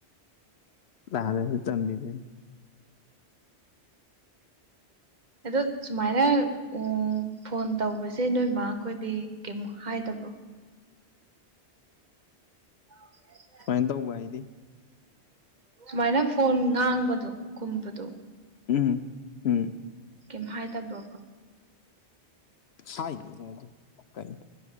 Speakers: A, on the left (about 70°); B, on the right (about 40°).
A: ꯂꯥꯜꯂꯁꯨ ꯇꯝꯕꯤꯗꯣꯏꯅꯤ ꯫
B: ꯑꯗꯣ ꯁꯨꯃꯥꯏꯅ꯫ ꯑꯣ ꯐꯣꯟ ꯇꯧꯕꯁꯦ ꯅꯣꯏꯃꯥ ꯈꯣꯏꯗꯤ ꯀꯩꯝ ꯍꯥꯏꯗꯕ꯭ꯔꯣ꯫ <inaudible>
A: ꯁꯨꯃꯥꯏꯟ ꯇꯧꯕ ꯍꯥꯏꯗꯤ꯫
B: ꯁꯨꯃꯥꯏꯅ ꯐꯣꯟ ꯉꯥꯡꯕꯗꯣ ꯈꯨꯝꯕꯗꯣ ꯫
A: ꯎꯝ ꯎꯝ
B: ꯀꯦꯝ ꯍꯥꯏꯗꯕ꯭ꯔꯣꯕ꯫
A: ꯍꯥꯏꯗꯦꯗ ꯑꯗꯨ ꯀꯩꯟ